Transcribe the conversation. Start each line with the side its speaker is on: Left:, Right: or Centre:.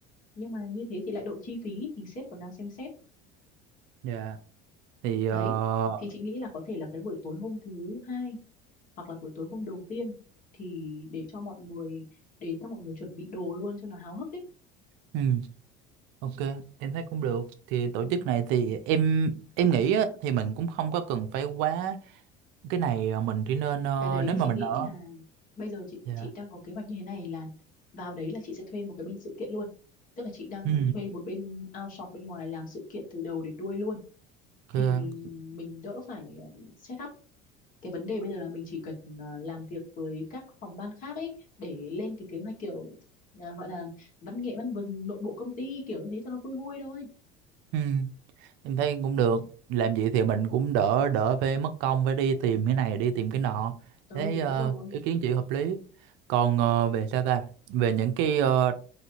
Left: nhưng mà như thế thì lại đội chi phí thì sếp còn đang xem xét
Right: dạ thì ờ,
Left: đấy thì chị nghĩ là có thể là cái buổi tối hôm thứ hai hoặc là buổi tối hôm đầu tiên thì để cho mọi người đến cho mọi người chuẩn bị đồ luôn cho nó háo hức ấy
Right: ừ Ok, em thấy cũng được. Thì tổ
Left: ừ.
Right: chức này thì em em nghĩ á, thì mình cũng không có cần phải quá cái này ờ, mình chỉ nên ờ,
Left: cái đấy
Right: nếu mà
Left: chị
Right: mình
Left: nghĩ
Right: ở
Left: là bây giờ chị
Right: dạ.
Left: chị đang có kế hoạch như thế này là vào đấy là chị sẽ thuê một cái bên sự kiện luôn tức là chị đang
Right: Ừ,
Left: thuê một bên outsource bên ngoài làm sự kiện từ đầu đến đuôi luôn
Right: ok.
Left: thì mình đỡ phải ờ, set up cái vấn đề bây giờ là mình chỉ cần ờ, làm việc với các phòng ban khác ấy để lên cái kế hoạch kiểu ờ, gọi là văn nghệ văn vừng nội bộ công ty kiểu như thế cho nó vui vui thôi
Right: Ừ, em thấy cũng được. Làm vậy thì mình cũng đỡ đỡ phải mất công phải đi tìm cái này đi tìm cái nọ.
Left: ừ
Right: Thấy
Left: đúng
Right: ờ,
Left: rồi
Right: ý kiến chị hợp lý. Còn ờ, về sao ta? Về những cái ờ,